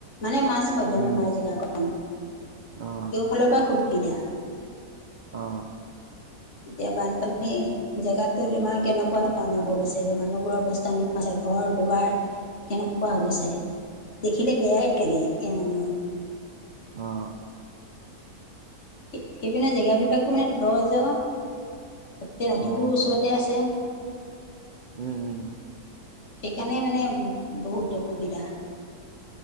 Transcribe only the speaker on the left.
মানে মাছ- বাদ দিয়া
মুমাই জেগাকন,
কেও ফালৰ পৰা সুবিধা।
এতিয়া বানপানী- জেগাতো তোমাৰ কেনেকুৱা ধৰণৰ হৈ গৈছেগে, মানুহবোৰৰ অৱস্থা নোহোৱা ঘৰ-দুৱাৰ- কেনেকুৱা হৈ গৈছে? দেখিলে বেয়াই লাগে সেই মানুহ-
সেই-সেইপিনে জেগাবিলাকো মানে ঘৰ জৰ তাতে নদীবোৰো
ওচৰতে আছে।
সেইকাণে মানে বহুত অসুবিধা।